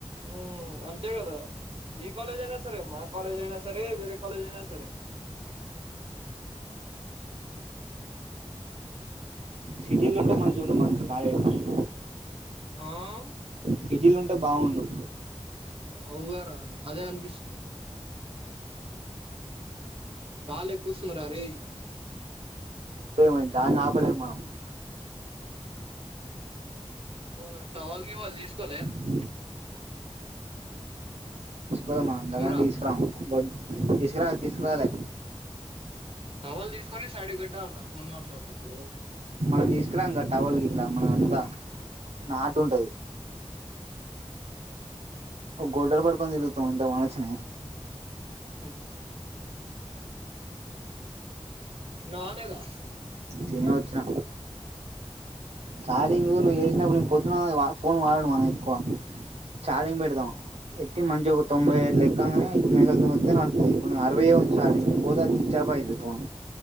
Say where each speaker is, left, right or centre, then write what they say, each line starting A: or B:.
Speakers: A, on the right; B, on the right.
A: ఉ అంతే గదా ఏ కాలేజ్ అయినా సరే మా కాలేజ్ అయినా సరే వేరే కాలేజ్ అయినా సరే.
B: సిటీల్నుంటే మంచిగుండు మంచి కాలేజీ లు.
A: ఆమ్.
B: సిటీలుంటే బాగుండు.
A: అవుగారా అదే అనిపిస్తుంది. గాలే క్కుస్తుంది రా అరేయ్.
B: అత్తె ఏమైంది గల్నాపలేము మనం.
A: ఉమ్ టవల్ గీవల్ తీసుకోలే.
B: అ ఓలమ్మ గలాంటియి
A: ఉమ్రా
B: తీస్కారము ఓ తీసుకరాలే తీసుకరవాలే.
A: టవల్ తీసుకొని శైడీకీ వేట్టార్ల ఫోన్ మాట్లాడేటప్పుడు.
B: మనం దిస్కరం గద టవాల్ గీట్లా మనదంతా నాటుంటది.
A: ఆ
B: ఓ గోడ్డల్ పట్టుకొనితిరుగుతాం ఎంత వానచ్చిన గని.
A: స తిన్నావా లేదా.
B: తినే ఓచ్చిన. చార్జింగు నువు యేసినప్పుడు నేన్ పొద్దున వా నేన్ ఫోన్ వాడను అనీ ఎక్కువ. చార్జింగ్
A: ఆ
B: పెడదాం ఎక్కి మంచిగా ఒక
A: ఆ
B: తొంభై ఇట్ల ఎక్కంగనే. మేఘాలతో ఓత్తే నడత్తయి ఇప్పుడు అరవై ఉంది ఛార్జింగ్ పోతనీ చిచ్చ ఆఫ్ అయితది ఫోన్.